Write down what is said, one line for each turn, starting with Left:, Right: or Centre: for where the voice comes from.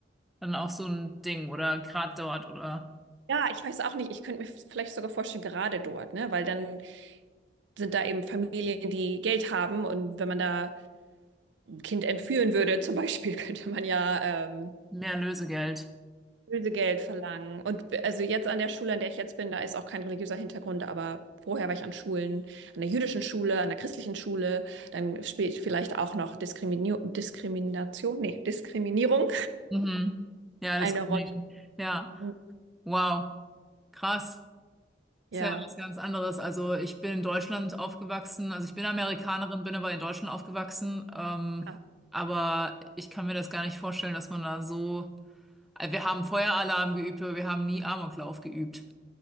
Centre: dann auch so ein Ding oder gerade dort oder
Right: Ja, ich weiß auch nicht. Ich könnte mir vielleicht sogar vorstellen, gerade dort, ne? Weil dann sind da eben Familien, die Geld haben und wenn man da ein Kind entführen würde, zum Beispiel, <laughs> könnte man ja ähm,
Centre: mehr Lösegeld.
Right: Lösegeld verlangen. Und b- also jetzt an der Schule, an der ich jetzt bin, da ist auch kein religiöser Hintergrund, aber vorher war ich an Schulen, an der jüdischen Schule, an der christlichen Schule, dann spielt vielleicht auch noch Diskrimini Diskrimination, nee, Diskriminierung
Centre: Mhm. Ja,
Right: eine
Centre: das kann
Right: Rolle.
Centre: ich. Ja.
Right: Hm,
Centre: Wow. Krass.
Right: Ja,
Centre: Ist ja was ganz anderes. Also ich bin in Deutschland aufgewachsen, also ich bin Amerikanerin, bin aber in Deutschland aufgewachsen. Ähm,
Right: Ah,
Centre: aber ich kann mir das gar nicht vorstellen, dass man da so. Äh, Wir haben Feueralarm geübt, aber wir haben nie Amoklauf geübt.